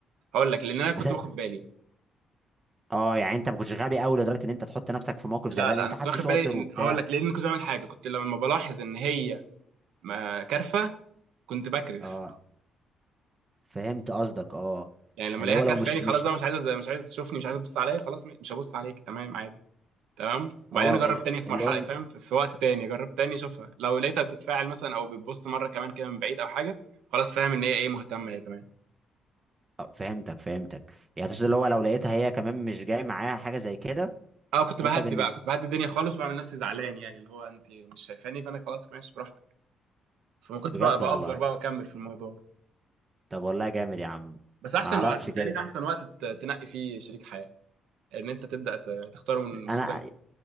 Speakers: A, on the right (about 80°); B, on the right (about 25°).
A: هقول لك لان
B: <laughs>
A: انا كنت باخد بالي
B: اه يعني انت ما كنتش غبي قوي لدرجه ان انت تحط نفسك في موقف
A: لا
B: زي ده
A: لا
B: لان انت
A: انا كنت
B: حد
A: واخد
B: شاطر
A: بالي إن-
B: وبتاع
A: هقول لك لان كنت بعمل حاجه كنت لما بلاحظ ان هي ما- كارفه كنت بكرف
B: اه فهمت قصدك اه
A: يعني لما
B: اللي
A: الاقيها
B: هو
A: كرفاني
B: لو مش مش
A: خلاص بقى مش عايزه مش عايز تشوفني مش عايز تبص عليا خلاص مش هبص عليك تمام عادي تمام وبعدين
B: اه
A: اجرب تاني في
B: اللي
A: مرحله
B: هو
A: فاهم في في وقت تاني اجرب تاني اشوفها لو لقيتها بتتفاعل مثلا او بتبص مره كمان كده من بعيد او حاجه خلاص فاهم ان هي ايه مهتمه هي كمان
B: اه، فهمتك فهمتك يعني تقصد اللي هو لو لقيتها هي كمان مش جاي معاها حاجه زي كده
A: اه كنت بهدي
B: انت بالنسبه
A: بقى كنت بهدي الدنيا خالص وبعمل نفسي زعلان يعني اللي هو انت مش شايفاني فانا خلاص ماشي براحتك فما كنت
B: بجد
A: بقى بأفور
B: والله
A: بقى واكمل في الموضوع
B: طب والله جامد يا عم
A: بس احسن
B: ما اعرفش
A: وقت بتهيألي
B: كده
A: ده احسن وقت ت- تنقي فيه شريك حياه ان انت تبدا ت- تختاره من من
B: انا
A: السن